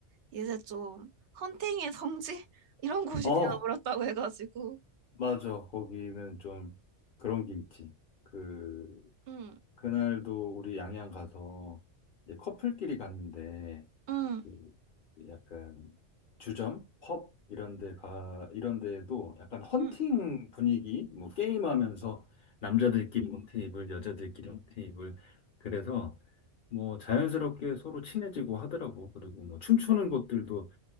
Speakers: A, on the right; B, on the left.
A: 이제 좀 헌팅의 성지? <laughs> 이런 곳이
B: 어,
A: 되어버렸다고 해가지고.
B: 맞아. 거기는 좀 그런 게 있지. 그
A: 응,
B: 그날도 우리 양양 가서 이제 커플끼리 갔는데
A: 응,
B: 그 약간 주점, 펍 이런 데 가, 이런 데에도 약간 헌팅
A: 응.
B: 분위기, 뭐 게임하면서 남자들끼리 음. 테이블, 여자들끼리 음. 테이블. 그래서 뭐 자연스럽게 서로 친해지고 하더라고. 그리고 뭐 춤추는 것들도